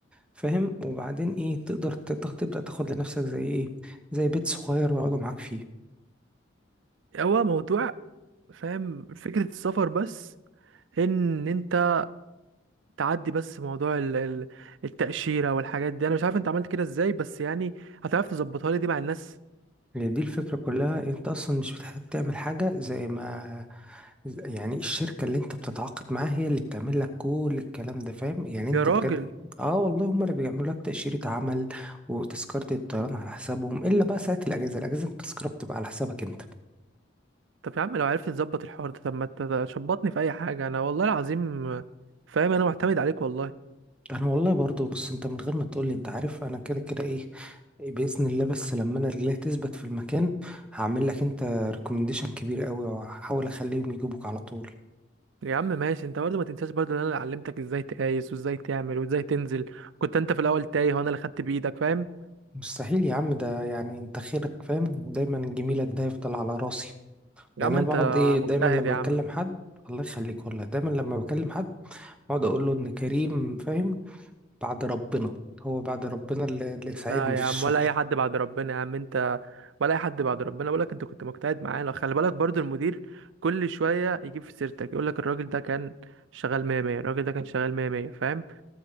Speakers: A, in the centre; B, on the right.
A: فاهم وبعدين ايه تقدر ت- تاخ- تبدا تاخد لنفسك زي ايه زي بيت صغير يقعدوا معاك فيه
B: هو موضوع فاهم فكره السفر بس ان انت تعدي بس موضوع ال- ال- التاشيره والحاجات دي انا مش عارف انت عملت كده ازاي بس يعني هتعرف تظبطها لي دي مع الناس
A: يعني دي الفكره كلها انت اصلا مش بتحتاج تعمل حاجه زي ما يعني الشركه اللي انت بتتعاقد معاها هي اللي بتعمل لك كل الكلام ده فاهم يعني انت
B: يا راجل
A: بجد اه والله هم اللي بيعملوا لك تاشيره عمل وتذكره الطيران على حسابهم الا بقى ساعه الاجازه الاجازه التذكره بتبقى على حسابك انت
B: طب يا عم لو عرفت تظبط الحوار ده طب ما تشبطني في اي حاجه انا والله العظيم فاهم انا معتمد عليك والله
A: انا والله برضو بص انت من غير ما تقولي انت عارف انا كده كده ايه باذن الله بس لما انا رجليا تثبت في المكان هعمل لك انت ريكومنديشن كبير قوي وهحاول اخليهم يجيبوك على طول
B: يا عم ماشي انت برضه ما تنساش برضه ان انا اللي علمتك ازاي تقايس وازاي تعمل وازاي تنزل كنت انت في الاول تايه وانا اللي خدت بايدك فاهم
A: مستحيل يا عم ده يعني انت خيرك فاهم دايما جميلك ده يفضل على راسي
B: يا
A: يعني
B: عم
A: انا
B: انت
A: بقعد ايه دايما
B: مجتهد
A: لما
B: يا
A: بكلم
B: عم
A: حد الله يخليك والله دايما لما بكلم حد بقعد اقول له ان كريم فاهم بعد ربنا هو بعد ربنا اللي اللي ساعدني
B: لا
A: في
B: يا
A: الشغل
B: عم ولا اي حد بعد ربنا يا عم انت ولا اي حد بعد ربنا بقول لك انت كنت مجتهد معانا خلي بالك برضه المدير كل شويه يجيب في سيرتك يقول لك الراجل ده كان شغال 100 100 الراجل ده كان شغال 100 100 فاهم